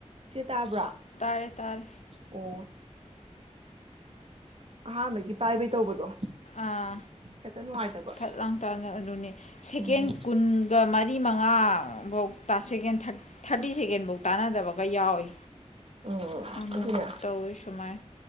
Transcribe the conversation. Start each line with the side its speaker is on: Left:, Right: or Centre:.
Right: ꯏꯆꯦ ꯇꯥꯕ꯭ꯔꯥ
Left: ꯇꯥꯔꯦ ꯇꯥꯔꯦ
Right: ꯑꯣ ꯑꯍꯥꯟꯕꯒꯤ ꯄꯥꯏꯕꯩ ꯇꯧꯕꯗꯣ
Left: ꯑꯥ
Right: ꯍꯦꯛꯇ ꯅꯨꯡꯉꯥꯏꯇꯕ
Left: ꯐꯠ ꯂꯥꯎ ꯇꯥꯅ ꯑꯗꯨꯅꯤ ꯁꯦꯀꯦꯟ
Right: ꯎꯝ
Left: ꯀꯨꯟꯒ ꯃꯥ ꯃꯔꯤ ꯃꯉꯥ ꯕꯧ ꯇ ꯁꯦꯀꯦꯟ ꯊꯥ꯭ꯔꯠ ꯊꯥꯔꯇꯤ ꯁꯦꯀꯦꯟ ꯕꯧ ꯇꯥꯟꯅꯗꯕꯒ ꯌꯥꯎꯏ꯫
Right: ꯎꯝ
Left: ꯑꯃꯨꯃꯨꯛ
Right: ꯑꯗꯨꯅꯦ
Left: ꯇꯧꯏ ꯁꯨꯃꯥꯏ꯫